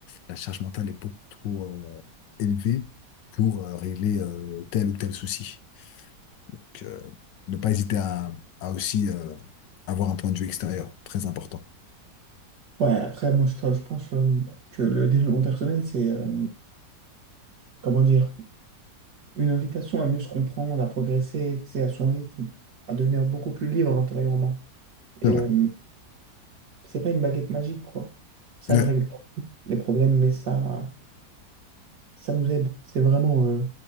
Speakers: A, on the left; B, on the right.
A: la charge mentale est beaucoup trop euh, élevée pour euh, régler euh, tel ou tel souci. Donc, euh, ne pas hésiter à, à aussi euh, avoir un point de vue extérieur, très important.
B: Ouais, après, moi, je, je pense euh, que le développement personnel, c'est, euh, comment dire, une invitation à mieux se comprendre, à progresser, tu sais, à son rythme, à devenir beaucoup plus libre intérieurement. Et
A: C'est vrai.
B: euh, c'est pas une baguette magique, quoi. Ça
A: Ouais.
B: ne règle pas les problèmes, mais ça, ça nous aide. C'est vraiment, euh,